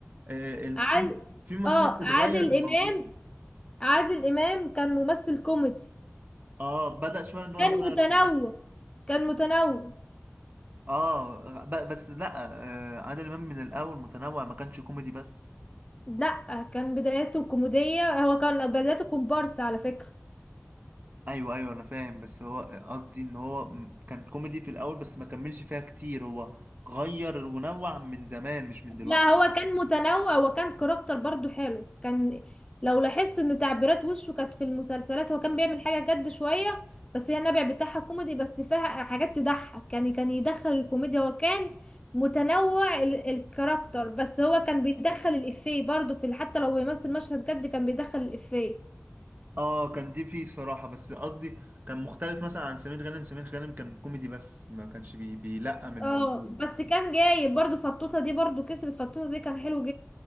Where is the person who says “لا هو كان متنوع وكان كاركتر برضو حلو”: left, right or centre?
Left